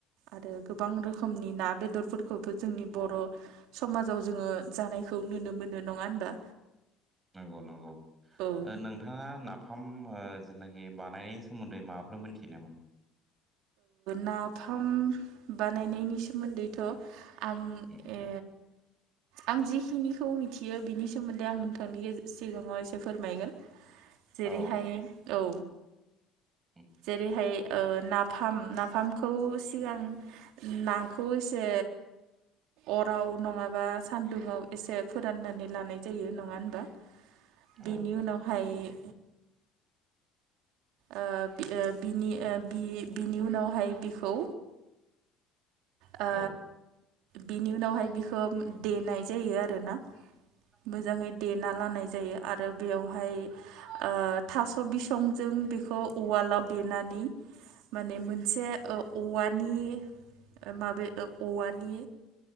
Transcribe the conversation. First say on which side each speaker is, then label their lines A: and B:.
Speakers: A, on the right; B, on the right.
A: आरो गोबां रोखोमनि ना बेदरफोरखौबो जोंनि बर' समाजाव जोङो जानायखौ नुनो मोनो नङा होनबा
B: नंगौ नंगौ
A: औ
B: नोंथाङा नाफाम ओ जेनाखि बानायनायनि सोमोन्दै माबाफोर मोनथियो नामा?
A: नाफाम बानायनायनि सोमोन्दैथ' आं
B: ए
A: ओ आं जिखिनिखौ मिथियो बिनि सोमोन्दै आं नोंथांनि सिगाङाव एसे फोरमायगोन जेरैहाय
B: औ
A: औ
B: उम
A: जेरैहाय ओ ना नाफाम नाफामखौ सिगां नाखौ एसे अराव नङाबा सान्दुंङाव एसे फोराननानै लानाय जायो नङा होनबा
B: औ
A: बेनि उनावहाय ओ बिनि बिनि उनावहाय बिखौ ओ
B: औ
A: बिनि उनावहाय बिखौ देनाय जायो आरोना
B: उम
A: मोजाङै देना लानाय जायो आरो बेयावहाय ओ थास' बिसंजों बेखौ उवालाव देनानै माने मोनसे औवानि माबे औवानि